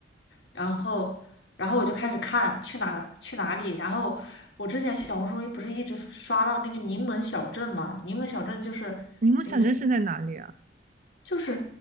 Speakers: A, on the left; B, on the right.
A: 然后，然后我就开始看去哪去哪里。然后我之前小红书不是一直刷到那个柠檬小镇嘛？柠檬小镇就是那个什么，
B: 你梦想镇是在哪里啊？
A: 就是